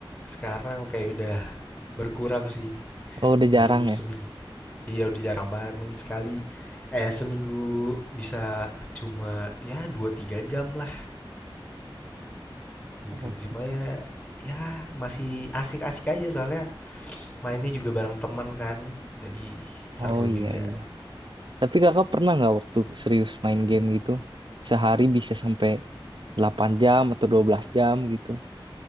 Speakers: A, on the left; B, on the right.
A: sekarang kayak udah berkurang sih.
B: Oh, udah
A: Mungkin
B: jarang
A: semi.
B: ya.
A: Iya, udah jarang banget mungkin sekali eh seminggu bisa cuma ya 2 3 jam lah gitu.
B: Oh,
A: Cuma ya ya masih asik-asik aja soalnya mainnya juga bareng teman kan jadi seru
B: oh,
A: juga
B: iya iya. Tapi Kakak pernah nggak waktu serius main game gitu? Sehari bisa sampai 8 jam atau 12 jam gitu.